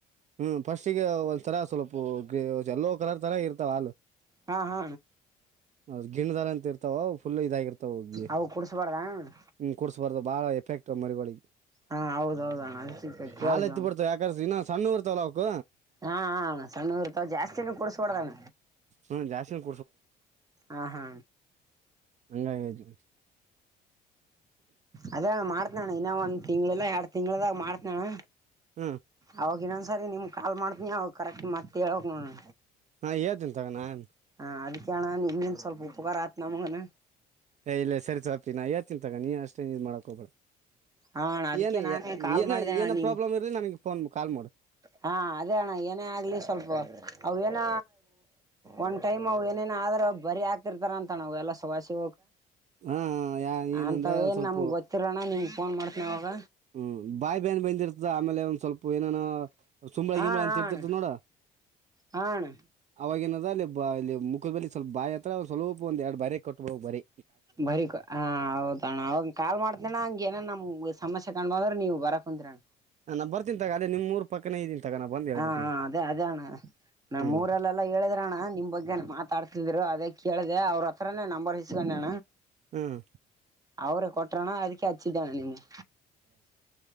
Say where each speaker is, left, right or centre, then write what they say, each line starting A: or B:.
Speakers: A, on the right (about 45°); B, on the right (about 20°).
A: ಹ್ಮ್ ಫಸ್ಟಿಗೆ ಒಂದ್ ತರ ಸ್ವಲ್ಪ ಗ ಎಲ್ಲೋ ಕಲರ್ ತರ ಇರ್ತಾವ ಹಾಲು
B: ಹಾ ಹಾ
A: ಹೌದ ಗಿಣದಾರ ಅಂತ ಇರ್ತಾವ ಫುಲ್ಲು ಇದಾಗಿರ್ತಾವ ಹಗಿ
B: ಅವು ಕುಡ್ಸ್ಬಾರ್ದ ಅಣ್ಣ
A: ಹಞ ಕೂಡ್ಸ್ಬಾರ್ದು ಭಾಳ ಎಫೆಕ್ಟ್ ಮರಿಗಳಿಗೆ
B: ಹಾ ಹೌದೌದಣ್ಣ ಅದಕ್ಕೆ ಕೇಳ್ದೇವಣ್ಣ
A: ಹಾಲು ಎತ್ತಿ ಪಡ್ತವೆ ಯಕರ್ಸ ಇನ್ನ ಸಣ್ಣ ಉರ್ತಾವಲ್ಲ ಅವಕ
B: ಹಾ ಸಣ್ಣೂರು ರೂಪಾಯಿ ಜಾಸ್ತಿನ ಕುಡಡ್ಸ್ಬಡ್ದಾನ
A: ಹ್ಞೂ ಜಾಸ್ತಿ
B: ಹಾ ಹಾ
A: ಅಂಗ
B: ಅದೇ ಮಾಡ್ತನಣ ಇನ್ನ ಒಂದ್ ತಿಂಗ್ಳಲ್ಲ ಎರಡ್ ತಿಂಗ್ಳದಾಗ ಮಾಡ್ತನಣ್ಣ
A: ಹ್ಞೂ
B: ಅವಾಗನ್ನೊಂದ್ ಸರಿ ನಿಮ್ಗೆ ಕಾಲ್ ಮಾಡ್ತನಿ ಅವ ಕರೆಕ್ಟ್ ಮತ್ತ ಹೇಳೋಗ ನಾನು
A: ಹಾಂ ಹೇಳ್ತೀನಿ ತಗ ನಾನು
B: ಹ ಅದಕ್ಕೆಣ ನಿಮನ್ ಸ್ವಲ್ಪ ಉಪಕಾರ ಆತ್ ನಮಗನ್
A: ಏ್ ಇಲ್ಲ ಸರಿತಪಿ ನಾ ಯಾ ತಿಂತಾಗ ನೀ ಅಷ್ಟೇನ್ ಇ್ ಮಾಡಾಕ್ ಹೋಗಬೇಳ
B: ಹಾ ಅಣ್ಣ ಅದಕ್ಕೆ
A: ಏನು
B: ನಾನೇ ಕಾಲ್
A: ಏನ
B: ಮಾಡ್ದೆ ಅಣ್ಣ
A: ಏನ
B: ನಿಮ್
A: ಪ್ರಾಬ್ಲಮ್ ಇರಲಿ ನನ್ಗೆ ಫೋನ್ ಕಾಲ್ ಮಾಡ
B: ಹಾ ಅದೇ ಅಣ್ಣ ಏನೇ ಆಗ್ಲಿ ಸ್ವಲ್ಪ ಅವೇನ ಒಂದ್ ಟೈಮ್ ಅವ ಏನ ೇನ ಆದ್ರ ಬರಿ ಆಗ್ತಿರ್ತಾರ ಅಂತ ನವು ಎಲ್ಲ ಸವಾಸಿ
A: ಹಾ ಯಾ ಏನಂದ್ರೆ
B: ಅಂತ
A: ಒಂದ್
B: ಏನ್
A: ಸ್ವಲ್ಪ
B: ನಮಗ್ ಗೊತ್ತಿರೋಣ ನಿಮ ಫೋನ್ ಮಾಡ್ತನ ಅವಾಗ
A: ಹ್ಮ್ ಬಾಯಿ ಬಾಯನ್ ಬಂದಿರ್ತ ಆಮೇಲೆ ಒಂದ್ ಸ್ವಲ್ಪ ಏನನ ಸುಂಬಳ
B: ಹಾ
A: ಗಿಂಬಳ
B: ಹಾ
A: ಅಂತ ಇರ್ತಿರ್ತ
B: ಅಣ್ಣ
A: ನೋಡ
B: ಹಾ ಅಣ್ಣ
A: ಅವವಾಗಿನದ ಅಲ್ಲಿ ಇಲ್ಲಿ ಮುಖದೇ ಸ್ವಲ್ಪ ಬಾಯಿ ಹತ್ರ ಸ್ವಲ್ಪ ಬರೇ ಕೊಬೋ ಬರೀ
B: ಬರಿ ಹ ಹೌದಣ್ಣ ಅವಾಗ ಕಾಲ್ ಮಾಡ್ತಣ ಹಂಗಗೆ ಏನ ನಮ್ ಸಮಸ್ಯೆ ಕಣ್ ಬಂದ್ರ ನೀವು ಬರ ಕುಂದರಣ
A: ಹಾ ನ ಬರ್ೀನಿಾಗ ಅದೇ ನಿಮ್ಮ ಊರ್ ಪಕ್ಕನೇ ಇದೀನಿ ತಗ ನಾ ಬಂದ್ ಹೇಳ್ಬಿಡ್ತೀನಿ
B: ಹಾ ಅದೇ ಅದೇ ಅಣ್ಣ ನಮ್ಮ
A: ಹ್ಮ್
B: ಊರಲ್ಲೆಲ್ಲಾ ಹೇಳಿದ್ರಣ್ಣ ನಿಮ್ ಬಗ್ಗೆ ಮಾತಾಡ್ತಿದ್ರು ಅದೇ ಕೇಳ್ದ ಅವ್ರ ಹತ್ರಾನೇ ನಂಬರ್ ಇಸ್ಕೊಂಡ
A: ಹ್ಮ್
B: ಅವ್ರೇ ಕೊಟ್ರಣ ಅದಕ್ಕೆ ಹಚ್ಚಿದ್ದಣೆ ನಿಮಗೆ